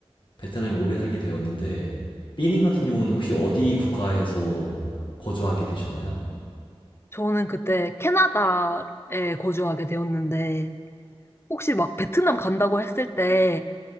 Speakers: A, on the left; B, on the left.
A: 베트남에 오래 살게 되었는데 삐님 같은 경우는 혹시 어디 국가에서 거주하게 되셨나요?
B: 저는 그때 캐나다에 거주하게 되었는데, 혹시 막 베트남 간다고 했을 때,